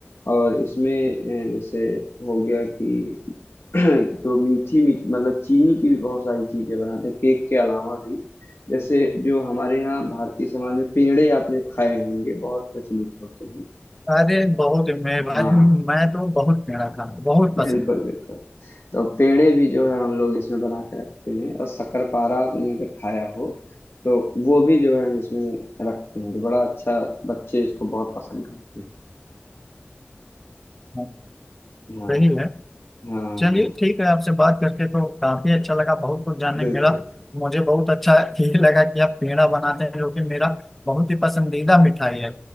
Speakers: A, on the left; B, in the centre.
A: और इसमें अ, जैसे हो गया कि <clears throat> जो मीठी मी मतलब चीनी की भी बहुत सारी चीज़ें बनाते हैं केक के अलावा भी जैसे जो हमारे यहाँ भारतीय समाज में पेड़े आपने खाए होंगे बहुत प्रचलित होते हैं
B: अरे बहुत मैं भाई
A: हाँ
B: मैं तो बहुत मेरा खाना बहुत पसंद
A: बिल्कुल बिल्कुल
B: है
A: तो पेड़े भी जो है हम लोग इसमें बना के रखते हैं और शक्करपारा आपने अगर खाया हो तो वो भी जो है हम इसमें रखते हैं तो बड़ा अच्छा बच्चे इसको बहुत पसंद करते
B: हाँ,
A: हैं हाँ
B: सही है
A: हाँ
B: चलिए
A: हाँ
B: ठीक है आपसे बात करके तो काफी अच्छा लगा बहुत कुछ जानने
A: बिल्कुल
B: को मिला मुझे बहुत अच्छा <laughs> ये लगा कि आप पेड़ा बनाते हैं जो कि मेरा बहुत ही पसंदीदा मिठाई है